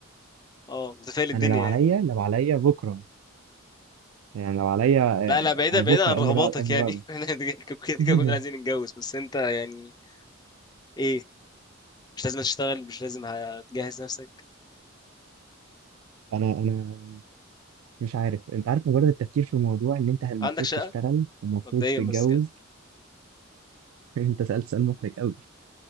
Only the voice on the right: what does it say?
انا لو عليا
لو عليا بكره يعني لو عليا آه،
انا
بكره
قبل بعد قبل
بعد
<laughs>
انا انا مش عارف انت عارف مجرد التفكير في الموضوع ان انت المفروض
تشتغل ومفروض
تتجوز
<laughs> انت سألت سؤال محرج قوي